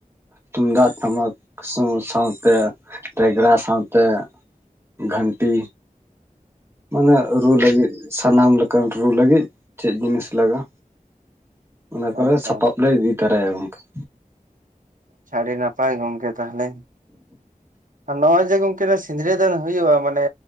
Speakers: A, on the right; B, on the right.
A: ᱛᱩᱢᱫᱟᱜ ᱴᱟᱢᱟᱠ ᱥᱟᱶ ᱛᱮ ᱨᱮᱜᱽᱲᱟ ᱥᱟᱶ ᱛᱮ ᱜᱷᱟᱱᱴᱤ ᱢᱟᱱᱮ ᱨᱩ ᱞᱟᱹᱜᱤᱫ, ᱥᱟᱱᱟᱢ ᱞᱮᱠᱟᱱ ᱨᱩ ᱞᱟᱹᱜᱤᱫ ᱪᱮᱫ ᱡᱤᱱᱤᱥ ᱞᱟᱜᱟᱜᱼᱟ? ᱚᱱᱟ ᱠᱚᱨᱮ
B: ᱟᱪᱪᱷᱟ
A: ᱥᱟᱯᱟᱵ ᱞᱮ ᱤᱫᱤ ᱛᱟᱨᱟᱭᱟ ᱜᱚᱝᱠᱟ ᱾
B: ᱪᱷᱟ ᱟᱹᱰᱤ ᱱᱟᱯᱟᱭ ᱜᱚᱝᱠᱮ ᱛᱟᱦᱚᱞᱮ ᱾ ᱱᱚᱣᱟ ᱡᱮ ᱜᱚᱢᱠᱮ ᱥᱤᱸᱫᱽᱨᱟᱹ ᱫᱟᱱ ᱦᱩᱭᱩᱜᱼᱟ ᱾ ᱢᱟᱱᱮ